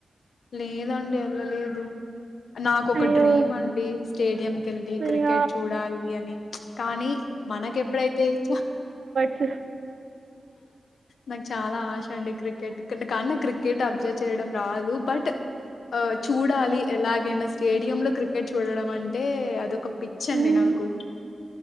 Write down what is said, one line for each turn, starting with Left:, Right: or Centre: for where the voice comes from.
Left: లేదండి ఎళ్లలేదు నాకు ఒక
Right: అయ్యో
Left: డ్రీమ్ అండి స్టేడియం కెళ్ళి క్రికెట్
Right: ఇగ
Left: చూడాలి అని కానీ మనక ఎప్పుడైతే ఇ
Right: సు
Left: నాకు చాలా ఆశ అండి క్రికెట్ కానీ నాకు క్రికెట్ అబ్జర్వ్ చేయడం రాదు బట్ ఆ చూడాలి ఎలాగైనా సస్టేడియం లో క్రికెట్ చూడడం అంటే అదొక పిచ్చండి
Right: హ్మ్.
Left: నాకు